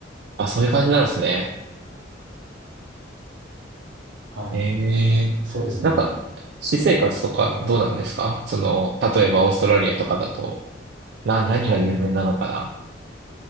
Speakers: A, on the right; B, on the right.
A: あ、そういう感じなんですね。
B: はい。
A: ええ。
B: そうですね。
A: なんか、私生活とかどうなんですかその、
B: 僕が、はい。
A: 例えばオーストラリアとかだと、な、何が有名なのかな
B: はい。